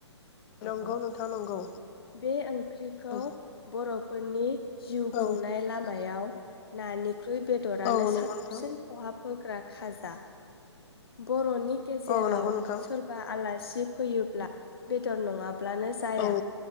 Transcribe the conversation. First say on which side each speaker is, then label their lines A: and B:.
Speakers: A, on the left; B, on the left.
A: औ
B: नंगौ
A: औ
B: नोंथां नंगौ
A: बे ओंख्रिखौ
B: औ
A: बर' फोरनि जिउ
B: औ
A: खुंनाय लामायाव नानिक ख्रुब बेदरानो
B: औ नंगौ
A: साबसिन
B: नोंथां
A: खहाफो। ग्रा खाज <unintelligible> बर'नि नि गेजेराव
B: औ नंगौ नोंथां
A: सोरबा आलासि बिदि फैयोब्ला बेदर नङाब ब्लानो जाया
B: औ